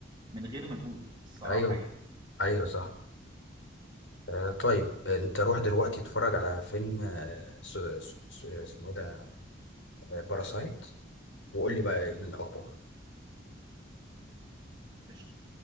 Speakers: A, on the right; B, on the left.
A: من غير مجهود الصراحة
B: ايوه
A: يعني
B: ايوه صح آه طيب آه، انت روح دلوقتي اتفرج على فيلم آه، س- س- س- اسمه إيه ده آه، باراسايت وقول لي بقى ايه الاخبار
A: قشطة